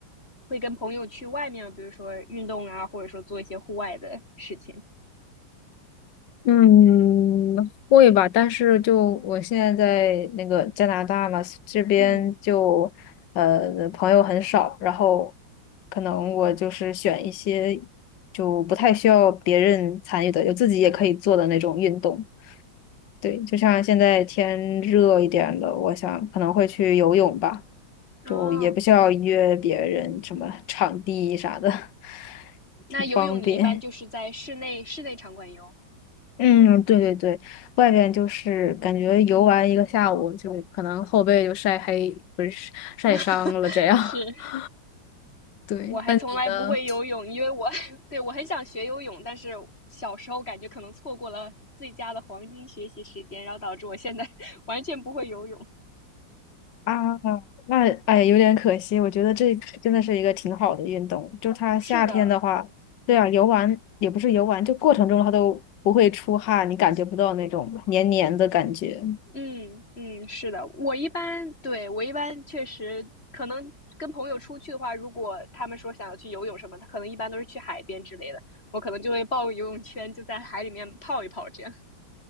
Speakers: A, on the left; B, on the left.
A: 会跟朋友去外面，比如说运动啊，或者说做一些户外的事情。
B: 嗯，会吧，但是就我现在在那个加拿大嘛，这边就呃朋友很少，
A: 嗯，
B: 然后可能我就是选一些就不太需要别人参与的，就自己也可以做的那种运动。对，就像现在天热一点了，我想可能会去游泳吧，
A: 哦，
B: 就也不需要约别人什么场地啥的，<laughs>
A: 那游泳你一般就是在室内室内场馆游。
B: 挺方便。嗯，对对对，外边就是感觉游玩一个下午，就可能后背就晒黑，不是晒伤了这样。
A: <laughs> 是，
B: <laughs> 对，
A: 我还从来不会游泳，
B: 那你呢？
A: 因为我 <laughs> 对我很想学游泳，但是小时候感觉可能错过了最佳的黄金学习时间，然后导致我现在 <laughs> 完全不会游泳。
B: 啊，那哎，有点可惜。我觉得这真的是一个挺好的运动。就它夏天的话，
A: 是的，
B: 对啊，游玩也不是游玩，就过程中它都不会出汗，你感觉不到那种黏黏的感觉。
A: 嗯嗯，是的，我一般对，我一般确实可能跟朋友出去的话，如果他们说想要去游泳什么，他可能一般都是去海边之类的，我可能就会抱个游泳圈，就在海里面泡一泡这样。<laughs>